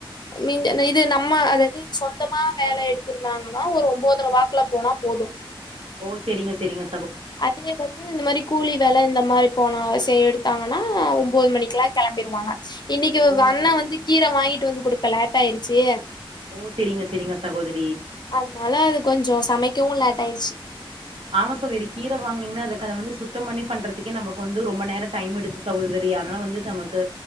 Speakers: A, on the left; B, on the right.
A: மிஞ்ச இது நம்ம அதாது சொந்தமா வேல எடுத்துருந்தாங்கனா ஒரு ஒம்போது வாக்குல போனா போது
B: ஓ செரிங்க செரிங்க
A: அதே வந்து இந்த மாரி கூலி வேலை இந்த மாரி போனா செய் எடுத்தாங்கன்னா ஒன்பது மணிக்குல்லா கெளம்பிருவாங்க இன்னைக்கு
B: ஓ
A: அண்ணே
B: சே
A: வந்து கீர வாங்கிட்டு வந்து குடுக்க லேட் ஆயிடுச்சு
B: ஓ செரிங்க செரிங்க சகோதரி
A: அதுனால அது கொஞ்சோ சமைக்கவு லேட் ஆயிர்ச்சு
B: ஆமா சகோதரி கீர வாங்கினீங்கன்னா அதுக்கு அத வந்து சுத்தம் பண்ணி பண்றதுக்கே நமக்கு வந்து ரொம்ப நேர டைம் எடுக்கு சகோதரி அதுனால வந்து நமக்கு